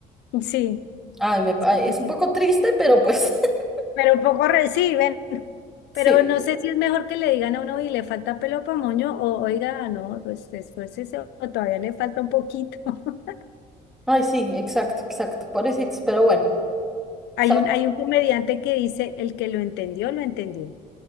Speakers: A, on the left; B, in the centre.
A: Sí,
B: Ay, me, pa-
A: sí,
B: es
A: sí.
B: un poco triste, pero pues <laughs>
A: Pero un poco reciben.
B: sí.
A: Pero no sé si es mejor que le digan a uno y le falta pelo para moño o oiga, no, pues esfuércese o todavía le falta un poquito. <laughs>
B: Ay, sí, exacto, exacto. Pobrecitos, pero bueno,
A: Hay
B: ¿sabes?
A: un, hay un comediante que dice, el que lo entendió, lo entendió.